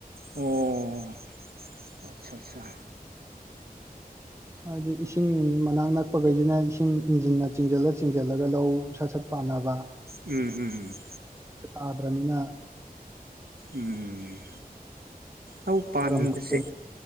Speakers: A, on the right (about 80°); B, on the right (about 20°).
A: ꯑꯣ ꯑꯆꯥ ꯑꯠꯆꯥ
B: ꯍꯥꯏꯗꯤ ꯏꯁꯤꯡ ꯃꯅꯥꯛ ꯅꯛꯄꯈꯩꯁꯤꯅ ꯏꯁꯤꯡ ꯏꯟꯖꯤꯟꯅ ꯆꯤꯡꯁꯤꯜꯂ ꯆꯤꯡꯁꯤꯜꯂꯒ ꯂꯧ ꯁꯠ ꯁꯠ ꯄꯥꯟꯅꯕ
A: ꯎꯝ ꯎꯝ ꯎꯝ ꯎꯝ
B: ꯇꯥꯗ꯭ꯔꯅꯤꯅ
A: ꯎꯝ ꯂꯧ ꯄꯥꯟꯕꯁꯦ
B: ꯀꯔꯝ ꯊꯣꯛꯇꯣꯏꯅꯣ